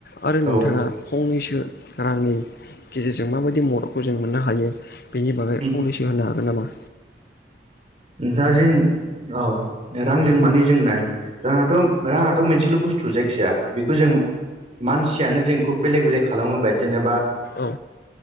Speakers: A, on the left (about 55°); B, on the right (about 35°).
A: आरो
B: औ
A: नोंथाङा फंनैसो रांनि गेजेरजों माबायदि मददखौ जों मोननो हायो बेनि बागै
B: उम
A: फंनैसो होन्नो हागोन नामा?
B: नोंथाङा जेन औ रांजों माने जों नाय राङाथ' राङाथ' मोनसेल' बुस्थु जायखि जाया बेखौ जों मानसियानो जों खौ बेलेक बेलेक खालाम होबाय जेनेबा
A: औ